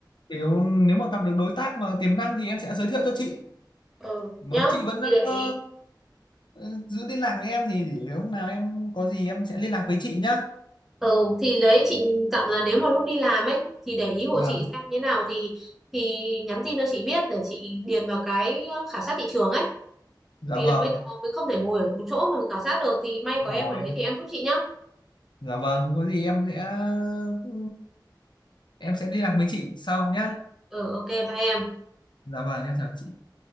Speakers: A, on the left; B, in the centre.
A: nếu nếu mà gặp được đối tác mà tiềm năng thì em sẽ giới thiệu cho chị
B: ừ
A: mà
B: nhá
A: chị vẫn
B: thì để
A: ờ,
B: ý
A: ờ, giữ liên lạc với em thì để lúc nào em có gì em sẽ liên lạc với chị nhá
B: Ừ thì lấy chị dặn là nếu mà lúc đi làm ấy thì để ý hộ
A: vâng
B: chị xem thế nào thì thì nhắn tin cho chị biết để chị điền vào cái khảo sát thị trường ấy
A: dạ
B: vì
A: vâng
B: là bây giờ mình không thể ngồi ở một chỗ mà mình khảo sát được thì may
A: Đúng
B: có em
A: rồi
B: ở đấy thì em giúp chị nhá
A: dạ vâng có gì em sẽ ừ, em sẽ liên lạc với chị sau nhá
B: ừ ừ, ok bye em
A: dạ vâng em chào chị